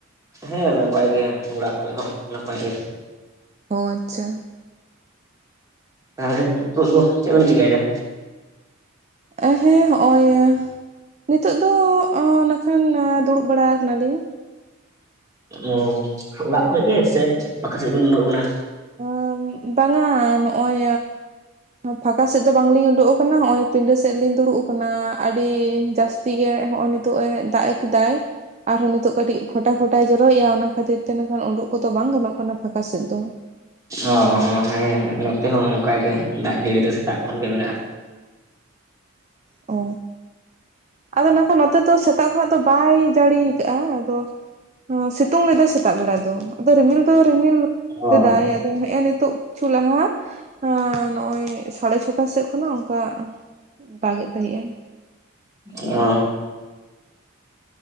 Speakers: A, on the right; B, on the right.
A: ᱦᱮᱸ ᱱᱟᱯᱟᱭ ᱜᱮᱭᱟ ᱚᱲᱟᱜ ᱠᱚᱨᱮ ᱦᱚᱸ ᱱᱟᱯᱟᱭ ᱜᱮ᱾
B: ᱚ ᱟᱪᱪᱷᱟ᱾
A: ᱛᱟᱦᱚᱞᱮ ᱱᱤᱛᱚᱜ ᱫᱚ ᱪᱮᱫ ᱵᱮᱱ ᱪᱤᱠᱟᱭᱮᱫᱟ?
B: ᱮ ᱦᱮᱸ ᱦᱚᱜᱼᱚᱭ ᱱᱤᱛᱳ ᱫᱚ ᱚᱸ ᱱᱟᱠᱷᱟᱱ ᱫᱩᱲᱩᱵ ᱵᱟᱲᱟ ᱟᱠᱟᱱᱟᱞᱤᱧ᱾
A: ᱚ ᱚᱲᱟᱜ ᱠᱷᱚᱡ ᱜᱮ ᱥᱮ ᱯᱟᱠᱷᱟ ᱥᱮᱫ ᱵᱤᱱ ᱩᱰᱩᱠ ᱟᱠᱟᱱᱟ?
B: <unintelligible> ᱵᱟᱝᱟ ᱱᱚᱜᱼᱚᱭ ᱯᱷᱟᱸᱠᱟ ᱥᱮᱫ ᱫᱚ ᱵᱟᱝᱞᱤᱧ ᱩᱰᱳᱜ ᱟᱠᱟᱱᱟ ᱦᱚᱜᱚᱭ ᱯᱤᱸᱰᱟᱹ ᱥᱮᱫ ᱞᱤᱧ ᱫᱩᱲᱩᱵ ᱟᱠᱟᱱᱟ ᱟᱹᱰᱤ ᱡᱟᱹᱥ ᱛᱤ ᱜᱮ ᱦᱚᱜ-ᱚᱭ ᱱᱤᱛᱚᱜ ᱮ ᱫᱟᱜ ᱮ ᱠᱮᱫᱟᱭ᱾ ᱟᱨᱦᱚᱸ ᱱᱤᱛᱚᱜ ᱠᱟᱹᱴᱤᱡ ᱯᱷᱚᱚᱴᱟ ᱯᱷᱚᱴᱟᱭ ᱡᱚᱨᱚᱭᱮᱜ-ᱟ ᱚᱱᱟ ᱠᱷᱟᱹᱛᱤᱨ ᱛᱮ ᱱᱟᱠᱷᱟᱱ ᱩᱰᱳᱜ ᱠᱚᱫᱚ ᱵᱟᱝ ᱜᱟᱱᱚᱜ ᱠᱟᱱᱟ ᱯᱷᱟᱸᱠᱟ ᱥᱮᱫ ᱫᱚ᱾
A: ᱚ ᱦᱚᱜᱚᱸ ᱦᱮᱸ ᱦᱮᱸ ᱱᱚᱛᱮ ᱦᱚᱸ ᱚᱱᱠᱟ ᱜᱮ ᱫᱟᱜ ᱡᱟᱹᱲᱤ ᱫᱚ ᱥᱮᱛᱟᱜ ᱠᱷᱚᱱ ᱜᱮ ᱢᱮᱱᱟᱜᱼᱟ᱾
B: ᱚ ᱟᱫᱚ ᱱᱟᱠᱷᱟᱱ ᱱᱚᱛᱮ ᱫᱚ ᱥᱮᱛᱟᱜ ᱠᱷᱚᱱᱟᱜ ᱫᱚ ᱵᱟᱭ ᱡᱟᱹᱲᱤ ᱠᱟᱜᱼᱟ ᱟᱫᱚ, ᱦᱚ ᱥᱤᱛᱩᱝ ᱞᱮᱫᱟᱭ ᱥᱮᱛᱟᱜ ᱵᱮᱲᱟ ᱫᱚ ᱟᱫᱚ ᱨᱤᱢᱤᱞ ᱫᱚ ᱨᱤᱢᱤᱞ
A: ᱚ
B: ᱞᱮᱫᱟᱭ ᱟ ᱫᱚ ᱦᱮᱸᱜᱮ ᱱᱤᱛᱳ ᱠᱤᱪᱷᱩ ᱞᱟᱦᱟ ᱦᱟᱸ ᱱᱚᱜ-ᱚᱭ ᱥᱟᱲᱮ ᱪᱷᱚᱴᱟ ᱥᱮᱫ ᱠᱷᱚᱱᱟᱜ ᱚᱱᱠᱟ ᱫᱟᱜᱮᱫ ᱛᱟᱦᱮᱸᱜ ᱟᱭ᱾
A: ᱚ